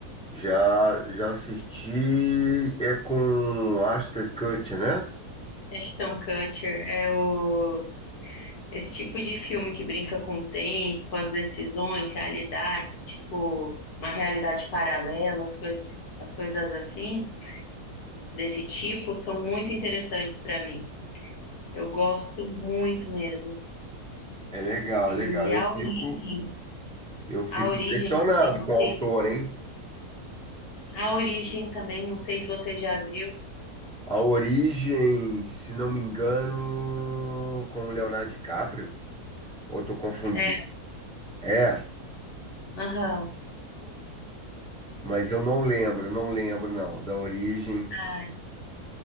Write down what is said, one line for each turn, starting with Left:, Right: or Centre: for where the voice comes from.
Centre: Já, já assisti. É com Ashton Kutcher, né?
Left: Ashton Kutcher é o esse tipo de filme que brinca com o tempo, com as decisões, realidades, tipo uma realidade paralela, as coisas, as coisas assim, desse tipo, são muito interessantes para mim. Eu gosto muito mesmo.
Centre: É legal,
Left: E
Centre: é legal. Eu
Left: a
Centre: fico,
Left: origem,
Centre: eu fico
Left: a origem
Centre: impressionado
Left: também, não
Centre: com
Left: sei,
Centre: o autor, hein?
Left: a origem também, não sei se você já viu.
Centre: A origem, se não me engano, com o Leonardo DiCaprio. Ou estou confundindo?
Left: É,
Centre: É,
Left: aham.
Centre: mas eu não lembro, não lembro não, da origem.
Left: Ai,